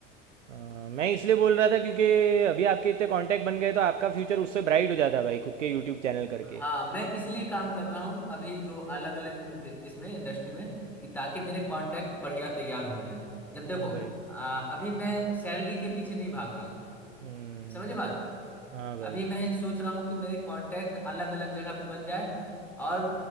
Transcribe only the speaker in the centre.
हाँ मैं इसलिए काम कर रहा हूँ अभी जो अलग अलग इसमें इंडस्ट्री में कि ताकि मेरे कॉन्टैक्ट बढ़िया तैयार हो जाएं जब देखो
आ, अभी मैं सैलरी के पीछे नहीं भाग रहा हूँ
समझे बात
अभी मैं सोच रहा हूँ कि मेरे कॉन्टैक्ट अलग अलग जगह पे बन जाए और